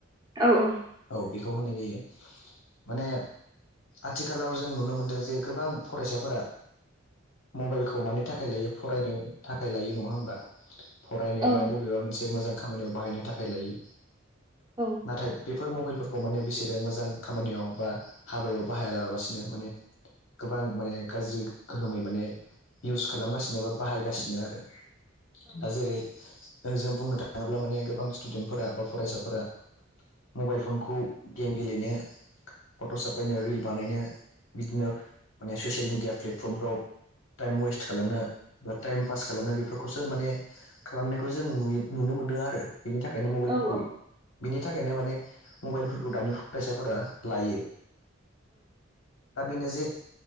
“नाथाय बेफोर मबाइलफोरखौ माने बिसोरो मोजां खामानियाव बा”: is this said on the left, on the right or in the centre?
Left